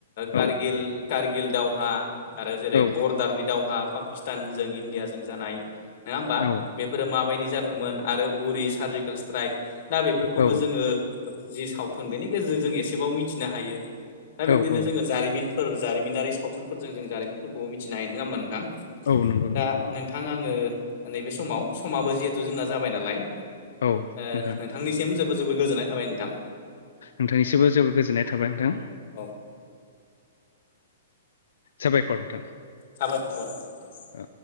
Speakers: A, on the left; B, on the left.
A: कारगिल
B: औ
A: कारगिल दावहा। आरो जेरै
B: औ
A: बरदारनि दावहा पाकिस्तानजों इण्डियाजों जानाय। नोङा होमबा
B: औ
A: बेफोरो माबायदि जादोंमोन आरो उरि सार्जिकेल स्ट्राइक। दा बेफोरखौबो
B: औ
A: जोङो जि सावथुन बेनि गेजेरजों जों एसेबाव मिथिनो हायो। दा बिब्दिनो
B: औ औ
A: जोङो जारिमिनफोर जारिमिनारि सावथुनफोरजों जों जारिमिन। फोरखौ मिथिनो हायो नङा होमबा नोंथां
B: औ नंगौ
A: दा
B: औ
A: नोंथां थां आङो नैबे समाव समाबो जिहेथु जोंना जाबाय नालाय
B: औ
A: ओ
B: नोंथां
A: नों थांनिसिम जोबो जोबो गोजोननाय थाबाय नोंथां।
B: नोंथांनिसिमबो जोबोर गोजोननाय थाबाय नोंथां।
A: औ
B: साबायखर नोंथां।
A: साबायखर थाबाय।
B: औ।